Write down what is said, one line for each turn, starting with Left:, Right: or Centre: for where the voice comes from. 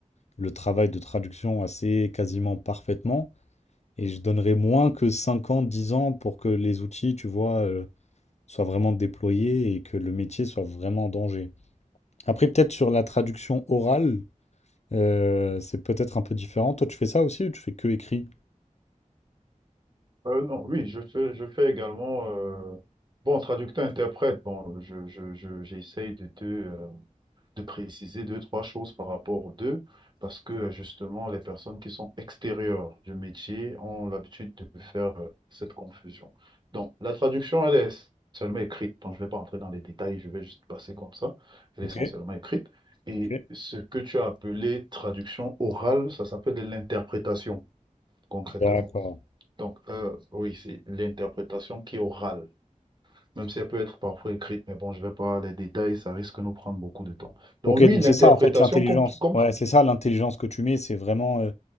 Left: le travail de traduction assez quasiment parfaitement. Et je donnerais moins que 5 ans, 10 ans pour que les outils, tu vois, euh, soient vraiment déployés et que le métier soit vraiment en danger. Après, peut-être sur la traduction orale, euh, c'est peut-être un peu différent. Toi, tu fais ça aussi ou tu fais que écrit?
Right: Euh, non, oui, je fais, je fais également, euh, bon, traducteur-interprète, bon, je, je, je- j'essaye de te, euh, de préciser deux, trois choses par rapport aux deux, parce que justement, les personnes qui sont extérieures du métier ont l'habitude de faire euh, cette confusion. Donc, la traduction, elle est seulement écrite, donc je ne vais pas entrer dans les détails, je vais juste passer comme ça, elle
Left: Ok,
Right: est essentiellement écrite. Et
Left: ok.
Right: ce que tu as appelé traduction orale, ça s'appelle de l'interprétation, concrètement.
Left: D'accord.
Right: Donc, euh, oui, c'est l'interprétation qui est orale, même si elle peut être parfois écrite, mais bon, je ne vais pas les détails, ça risque de nous prendre beaucoup de temps. Donc,
Left: Ok,
Right: oui,
Left: donc
Right: l'interprétation,
Left: c'est ça en fait l'intelligence.
Right: comme, tu- comme,
Left: Ouais,
Right: tu-
Left: c'est ça l'intelligence que tu mets, c'est vraiment euh,